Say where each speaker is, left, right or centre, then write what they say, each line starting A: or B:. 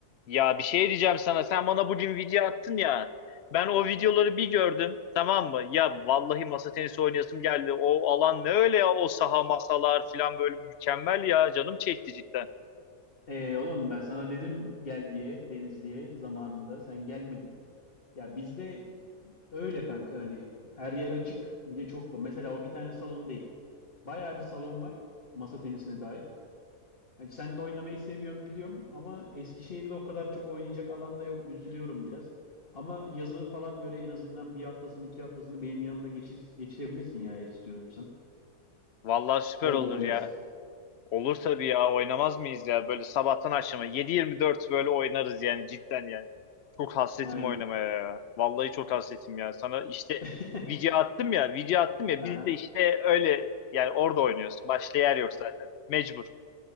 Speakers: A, on the left; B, on the left.
A: Ya bir şey diyeceğim sana. Sen bana bugün video attın ya. Ben o videoları bir gördüm. Tamam mı? Ya vallahi masa tenisi oynayasım geldi. O alan ne öyle ya o saha masalar falan böyle mükemmel ya. Canım çekti cidden.
B: Ee, oğlum ben sana dedim gel diye Denizli'ye zamanında sen gelmedin. Ya bizde öyle kanka hani her yer açık bir de çok var. Mesela o bir tane salon değil. Bayağı bir salon var masa tenisine dair. Hani sen de oynamayı seviyorsun biliyorum ama Eskişehir'de o kadar çok oynayacak alan da yok. Üzülüyorum biraz. Ama yazı falan böyle en azından bir haftasını iki haftasını benim yanımda geçirir, geçirebilirsin ya eğer istiyorsan.
A: Vallahi süper
B: Bol
A: olur
B: bol oynarız.
A: ya. Olur tabii ya. Oynamaz mıyız ya? Böyle sabahtan akşama 7-24 böyle oynarız yani cidden yani. Çok hasretim
B: Aynen.
A: oynamaya ya. Vallahi çok hasretim ya. Sana işte
B: <laughs>
A: video attım ya, video attım ya.
B: Aha.
A: Biz de işte öyle yani orada oynuyoruz. Başka yer yok zaten. Mecbur.